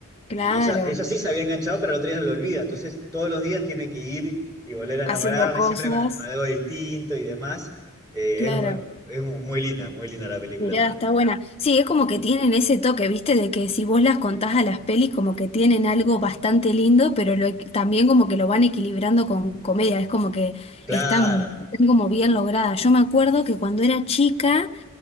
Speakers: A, on the left (about 25°); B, on the right (about 20°).
A: Claro,
B: Y ella, ella sí se había enganchado, pero el otro día lo olvida. Entonces todos los días tiene que ir y volver a
A: haciendo
B: enamorarla,
A: cosas,
B: siempre con algo distinto y demás. Eh,
A: claro.
B: es, es muy linda, muy linda la película
A: Mirá,
B: también.
A: está buena. Sí, es como que tienen ese toque, ¿viste? De que si vos las contás a las pelis, como que tienen algo bastante lindo, pero lo- también como que lo van equilibrando con comedia. Es como que
B: Claro.
A: están, están como bien logradas. Yo me acuerdo que cuando era chica.